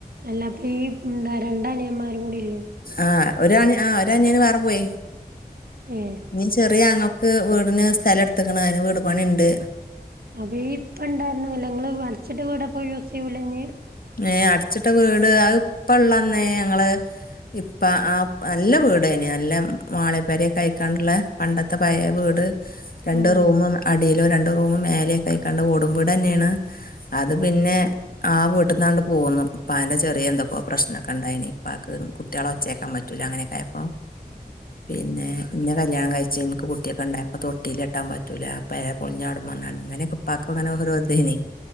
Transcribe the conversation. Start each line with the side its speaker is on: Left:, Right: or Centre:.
Right: അല്ല ഈ <unintelligible> രണ്ട് അനിയന്മാരും കൂടി ഇല്ലേ
Left: ആഹ് ഒരനി ആഹ് ഒരനിയന് വേറെ പോയി
Right: ഏഹെ
Left: ഇനി ചെറിയാങ്ങൾക്ക് വീടിന് സ്ഥലം എട്ത്ത്കണ് അതിന് വീട് പണിണ്ട്
Right: അവി ഇപ്പ ഇണ്ടായിരുന്ന നിങ്ങള് അടച്ചിട്ട് വീട്പ്പോ യൂസ് ചെയ്യൂലിനി
Left: ഏ അടച്ട്ട വീട് അത് ഇപ്പള്ളന്ന് ഞങ്ങള് ഇപ്പ ആ നല്ല വീടായിനും നല്ല മാളപ്പേരക്കയ്ക്കാണ്ട്ള്ള പണ്ടത്തെ പയേ വീട് രണ്ട്
Right: ആഹ്
Left: റൂമും അടിയിലോ രണ്ട് റൂമും മേലെക്കെ ആയിക്കാണ്ട് ഓടും വീടെന്നാണ് അത് പിന്നെ ആഹ് <unintelligible> <unintelligible> പോന്നു ഇപ്പാന്റെ ചെറിയ എന്തൊക്കോ പ്രശ്നൊക്കെ ഉണ്ടായിന് ഇപ്പാക്ക് കുട്ടികളെ ഒച്ചക്കാപറ്റുല അങ്ങനൊക്കെ <inaudible> പിന്നെ ഇന്നെ കല്യാണം കഴിച്ച് എനിക്ക് കുട്ടിയൊക്കെ ഉണ്ടായിപ്പ തൊട്ടിൽ കെട്ടാൻ പറ്റൂല <unintelligible> <unintelligible> അങ്ങനെക്കെ ഇപ്പക്ക് അങ്ങനെ ഓരോ ഇതായ്ന്ന്